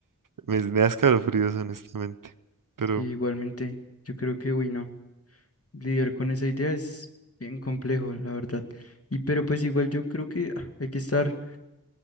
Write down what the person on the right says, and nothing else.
me, me da escalofríos, honestamente. Pero,